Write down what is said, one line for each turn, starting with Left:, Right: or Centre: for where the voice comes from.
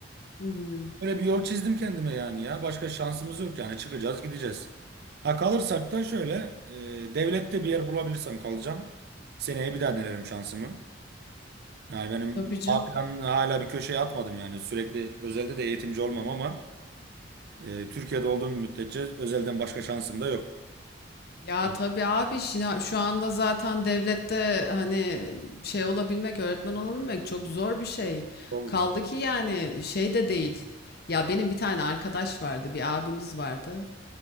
Left: hı hı.
Right: Böyle bir yol çizdim kendime yani ya. Başka şansımız yok yani. Çıkacağız, gideceğiz. Ha kalırsak da şöyle e, devlette bir yer bulabilirsem kalacağım. Seneye bir daha denerim şansımı. Yani benim
Left: Tabii
Right: bu A planını hala bir köşeye atmadım yani. Sürekli özelde de eğitimci olmam ama e, Türkiye'de olduğum müddetçe özelden başka şansım da yok.
Left: Ya
Right: Tamam.
Left: tabii abi şina- şu anda zaten devlette hani şey olabilmek, öğretmen olabilmek çok zor bir şey.
Right: Oldu
Left: Kaldı
Right: abi.
Left: ki yani şey de değil. Ya benim bir tane arkadaş vardı, bir abimiz vardı.